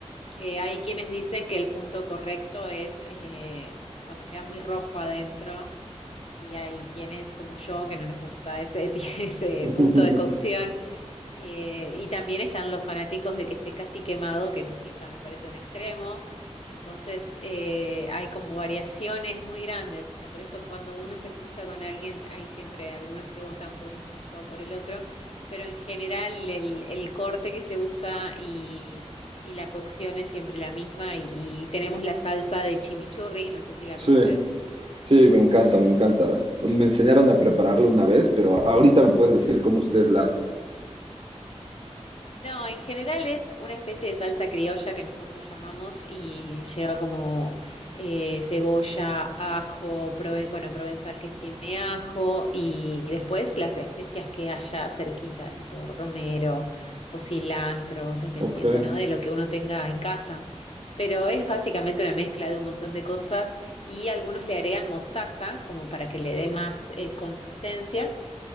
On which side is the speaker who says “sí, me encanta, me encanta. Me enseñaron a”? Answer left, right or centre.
Right